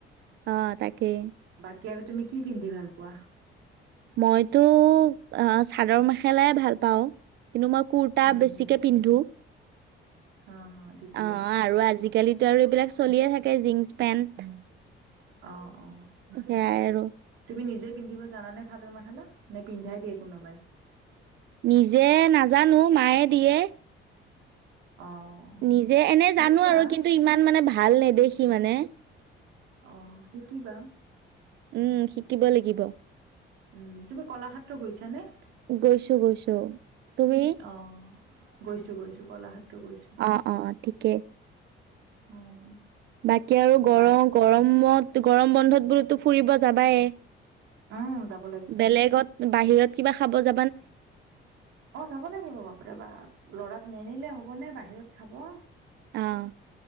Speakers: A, on the right (about 55°); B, on the right (about 85°).
A: অ তাকে।
B: কি আৰু তুমি কি পিন্ধি ভাল পোৱা?
A: মইতো আহ চাদৰ মেখেলাই ভাল পাওঁ। কিন্তু মই কুৰ্তা
B: হম
A: বেছিকে
B: হম
A: পিন্ধো।
B: অ ঠিকে
A: অ
B: আছে
A: আৰু আজিকালিতো আৰু এইবিলাক চলিয়ে থাকে জীন্স পেন্ট।
B: অ অ
A: সেয়াই আৰু
B: তুমি নিজে পিন্ধিব জানা নে চাদৰ মেখেলা নে পিন্ধাই দিয়ে কোনোবাই?
A: নিজে নাজানো মায়ে দিয়ে।
B: অ
A: নিজে এনেই
B: শিকিবা
A: জানো আৰু কিন্তু ইমান মানে ভাল নেদেখি মানে
B: অঁ শিকিবা
A: উম শিকিব লাগিব।
B: উম তুমি কলাক্ষেত্ৰ গৈছানে?
A: গৈছো গৈছো তুমি?
B: অঁ গৈছো গৈছো কলাক্ষেত্ৰ গৈছো
A: অঁ অঁ ঠিকেই
B: অঁ
A: বাকী আৰু গৰ
B: বাক
A: গৰমত গৰম বন্ধত বোলোতো ফুৰিব যাবায়
B: উম যাব
A: বেলেগত বাহিৰত কিবা খাব যা
B: অঁ যাব লাগিব বাপ ৰে বাপ ল'ৰাক নেনিলে হ 'বনে বাহিৰত খাব
A: অঁ